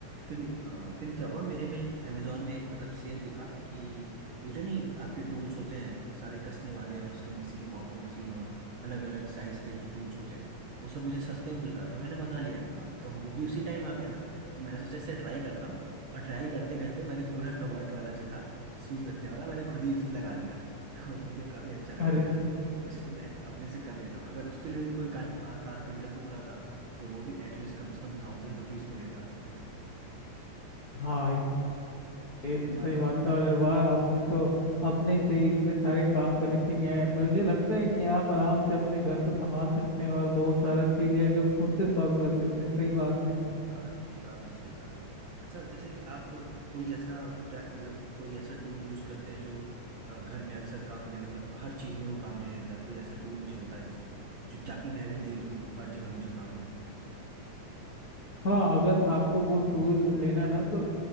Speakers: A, on the right; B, on the left.
A: फिर अ, फिर क्या हुआ मेरे में एक अमेजोन में एक मतलब सेल दिखा कि वो जो नहीं आपके टूल्स होते हैं सारे कसने वाले और उसके मशीन ऑटो मशीन और अलग अलग साइज के जो टूल्स होते हैं वो सब मुझे सस्ते में मिल रहा था मैंने मंगा लिया हाँ, तो वो भी उसी टाइम आ गया था तो मैंने सोचा इसे ट्राई करता हूँ और ट्राई करते करते मैंने पूरा कबर्ट वाला जो था शूज रखने वाला मैंने खुद ही लगा लिया तो मुझे काफी अच्छा लगा
B: अरे
A: कि हाँ कुछ तो मैं अपने से कर लेता हूँ अगर उसके लिए भी कोई कारपेंटर को बुलाता तो वो भी एटलीस्ट कम से कम थाउजेंड रुपीज तो लेता
B: हाँ ये तो
A: ये
B: सही
A: बात
B: बात
A: तो है
B: है और वाह आपने तो अपने से ही इतने सारे काम करने सीख गए हैं मुझे लगता है कि आप आराम से अपने घर को संभाल सकते हैं और बहुत सारा चीज़ है जो खुद से सॉल्व कर सकते हैं सही बात है
A: हाँ ये तो आपने सही कहा अच्छा जैसे कि आप कोई ऐसा क्या मतलब कोई ऐसा टूल यूज करते हैं जो अ, घर में अक्सर काम दे मतलब हर चीज में वो काम दे देता है कोई ऐसा टूल मुझे बता दीजिए जो ताकि मैं भी ले लूँ वो हर जगह मुझे काम दे
B: हाँ अगर आपको वो टूल लेना है ना तो